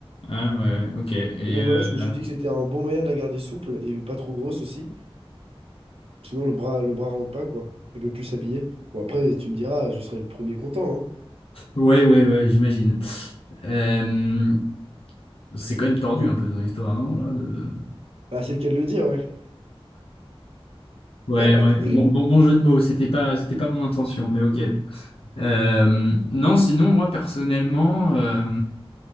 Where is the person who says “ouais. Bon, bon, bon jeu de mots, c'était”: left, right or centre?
Left